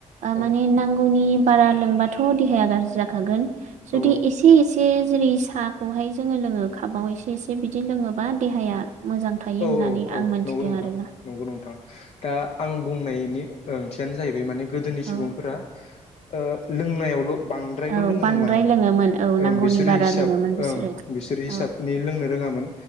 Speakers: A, on the left; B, on the right.
A: औ
B: माने नांगौनि बार बारा लोंब्लाथ' देहाया गाज्रि जानांगोन जुदि
A: औ
B: एसे एसे जेरै साहाखौहाय जोङो लोङो खाबाव एसे एसे बिदि लोङोबा देहाया मोजां थायो
A: औ
B: होननानै
A: औ औ
B: आं मोनथिदों
A: नंगौ नोंथां
B: आरोना
A: नंगौ नोंथां। दा आं बुंनायनि ओंथियानो जाहैबाय माने गोदोनि
B: औ
A: सुबुंफोरा ओ लोंनायावल' बांद्रायल'
B: औ
A: लोङोमोन
B: बांद्राय
A: माने
B: लोङोमोन औ
A: ओं
B: नांगौनि
A: बिसोर
B: बारा
A: हिसाब
B: लोङोमोन बिसोरो
A: ओं बिसोर हिसाबनि
B: औ
A: लोंनो रोङा मोन